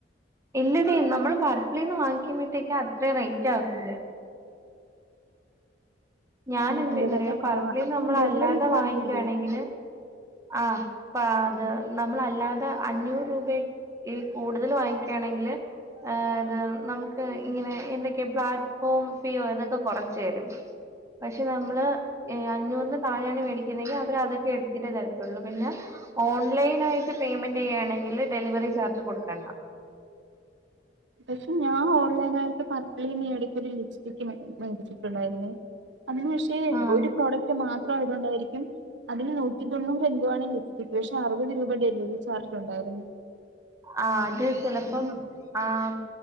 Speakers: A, on the right; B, on the right.
A: ഇല്ലടീ നമ്മള് പർപ്പിളീന്ന് വാങ്ങിക്കുമ്പോഴത്തേക്ക്‌ അത്ര റേറ്റ് ആവത്തില്ല ഞാൻ
B: ആണല്ലേ
A: എന്ത്‌റിയോന്നറിയോ
B: വില
A: പർപ്പിളി
B: കുറവാ അപ്പം
A: നമ്മൾ
B: ഡെലിവറി
A: അല്ലാതെ
B: ചാർജ്
A: വാങ്ങിക്കുവാണങ്കില്
B: ഇല്ലേ
A: ആ, പാത് നമ്മളല്ലാതെ അഞ്ഞൂറ് രൂപ ഈ കൂടുതല് വാങ്ങിക്കാ ണെങ്കില് തഇത് ന്നമക്ക് ഇങ്ങനെ എന്തൊക്കെയ പ്ലാറ്റ്ഫോം ഫീയൊ ഇതൊക്കെ കുറച്ച് തരും പക്ഷെ നമ്മള് അഞ്ഞൂറിന് താഴെയാണ് മേടിക്കുന്നെങ്കിൽ അവര് അതൊക്കെ എടുത്തിട്ട് തരൂ ള്ളൂ പിന്നെ ഓൺലൈൻ ആയിട്ട് പേയ്മെന്റ് യ്യാ ണങ്കി ല് ഡെലിവറി ചാർജ് കൊടുക്കണ്ട
B: പക്ഷെ ഞാൻ ഓൺലൈൻ ആയിട്ട് പർക്കലിടക്ക്ഒരു ലിഫ് റ്റിക്ക് മേടിച്ചിട്ടുണ്ടായിരുന്നേ അതിന് ക്ഷേ
A: ആഹ്
B: ഒരു പ്രോഡക്റ്റ് മാത്രം ആയതുകൊണ്ടായിരിക്കും അതിൽ നൂറ്റി തൊണ്ണൂറ് എന്തുവാണ് ലിഫ്റ്റിക്ക് പക്ഷെ അറുപത് രൂപ ഡെലിവറി ചാർജ് ഉണ്ടായിരുന്നു
A: ആ ഹഅത് ചെലപ്പം ആഹ്